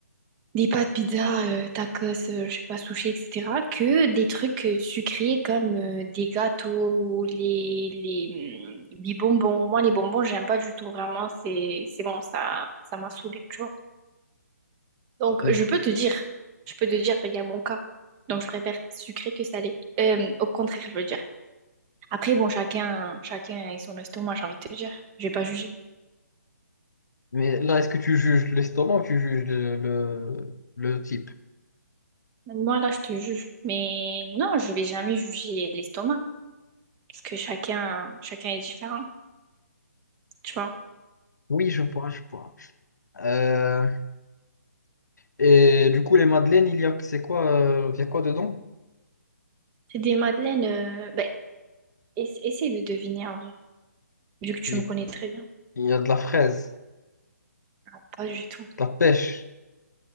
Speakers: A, on the right; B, on the left.
A: des pâtes pizza, euh, tacos, euh, je sais pas, sushi, etc., que des trucs euh, sucrés comme euh, des gâteaux ou les, les, hum, les bonbons. Moi, les bonbons, j'aime pas du tout, vraiment, c'est, c'est bon, ça, ça m'a saoulée, tu vois. Donc,
B: Mm.
A: je peux te dire, je peux te dire, il y a mon cas. Donc, je préfère sucré que salé. Euh, au contraire, je veux dire. Après, bon, chacun, chacun et son estomac, j'ai envie de te dire. Je vais pas juger.
B: Mais là, est-ce que tu juges l'estomac ou tu juges le, le, le type?
A: Moi, là, je te juge. Mais non, je vais jamais juger l'estomac. Parce que chacun, chacun est différent. tu vois.
B: Oui, je vois, je vois. Euh, Et du coup, les madeleines, il y a, c'est quoi, euh, il y a quoi dedans?
A: C'est des madeleines. euh, ben, ess- essaie de deviner en vrai, vu que tu
B: Il,
A: me connais très bien.
B: il y a de la fraise,
A: Ah, pas du tout.
B: de la pêche,